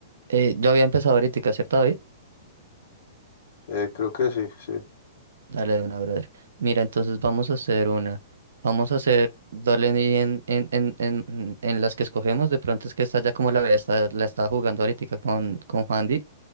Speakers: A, on the right; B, on the left.
A: Eh, yo había empezado ahorita, ¿cierto, David?
B: Eh, creo que sí, sí.
A: Dale de una, brother. Mira, entonces vamos a hacer una. Vamos a hacer, dale y en, en, en, en, en las que escogemos, de pronto es que está ya como la había- está, la estaba jugando ahorita con, con Juandi,